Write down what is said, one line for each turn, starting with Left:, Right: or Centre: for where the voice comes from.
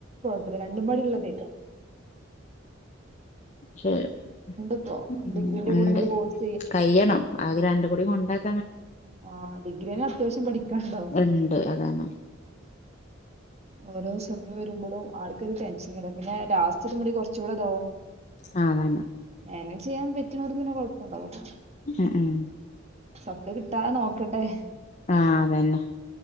Right: ആ രണ്ടും പാടെള്ളത്.
Left: ശരി
Right: ഇപ്പോ
Left: ഉ
Right: ഡിഗ്രീന്റെ
Left: ഉണ്ട്
Right: കൂടെ എന്തൊരു കോഴ്സ്
Left: കയ്യണം അത് രണ്ട് കൂടി കൊണ്ടാക്ക
Right: ആഹ ഡിഗ്രിനെ അത്യാവശ്യം പഠിക്കാണ്ടാകും.
Left: ഉണ്ട് അതാണ്
Right: ഓരോ സമയം വരുമ്പോഴും ആൾ ടെൻഷനൈകാരംപിന്നെ ലാസ്റ്റ് എത്തുമ്പോ കൊറച് കൂടെതാകും
Left: ആ അതാണ്
Right: അങ്ങനെ ചെയ്യാൻ പറ്റ പറ്റൂനേർക്ക് പിന്നെ കൊഴപ്പം ഉണ്ടാകൂല്ല.
Left: ഉം ഉം
Right: സപ്ളെ കിട്ടാതെ നോക്കണ്ടേ.
Left: ആഹ് അതന്നെ